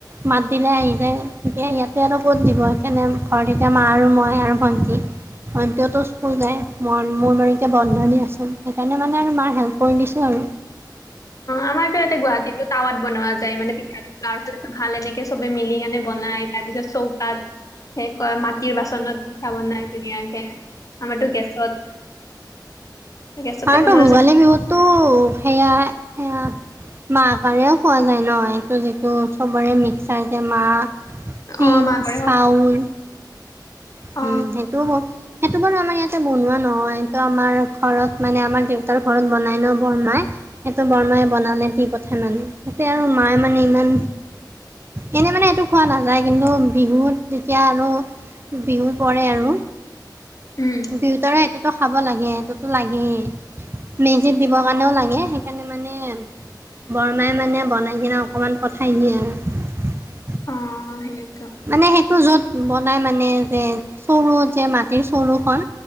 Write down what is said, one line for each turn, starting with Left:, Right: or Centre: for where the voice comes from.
Right: মাত দিলে আহি যায় এতিয়া ইয়াতে আৰু ক'ত দিব সেইকাৰণে ঘৰত এতিয়া মা আৰু মই আৰু ভন্টি, ভন্টিওতো স্কুল যায়, মই মোৰ মাৰু এতিয়া বন্ধ দিয়াচোন। তেনে মানে আৰু মাৰ হেল্প কৰি দিছোঁ আৰু।
Left: আমাৰটো ইয়াতে গুৱাহাটীতো টাৱাত বনোৱা যায় মানে গাৱঁৰ ফালেটো ভাল এনেকে চবে মিলি কেনে বনাই। তাৰপিছত চৌকাত সে কয় মাটিৰ বাচনত পিঠা বনাই ধুনীয়াকে। আমাৰটো গেছত গেছতে
Right: আৰুটো
Left: বনোৱা
Right: ভোগালী
Left: যায়
Right: বিহুতটো সেয়াই সেয়া মাহকাৰেও খোৱা যায় ন' সেইটো যিটো চবৰে মিক্সাৰ যে মাহ তিল,
Left: অ মাঘৰে
Right: চাউল।
Left: হয় অ
Right: উম, সেইটোও মই সেইটো বাৰু আমাৰ ইয়াতে বনোৱা নহয় সেইটো আমাৰ ঘৰত মানে আমাৰ দেউতাৰ ঘৰত বনাই ন' বৰমাই। সেইটো বৰমাই বনালে দি পঠাই মানে। তে আৰু মায়ে মানে ইমান এনে মানে এইটো খোৱা নাযায় কিন্তু বিহুত তেতিয়া আৰু বিহু পৰে আৰু।
Left: উম
Right: দুয়োটাৰে সেইটোতো খাব লাগে সেইটোতো লাগেই। মেজিত দিবৰ
Left: অ
Right: কাৰণেও লাগে, সে কাৰণে মানে বৰমাই মানে বনাই কিনে অকণমান পঠাই দিয়ে আৰু।
Left: অ', সেই
Right: মানে সেইটো য'ত বনাই মানে যে চৰু যে মাটিৰ চৰুখন।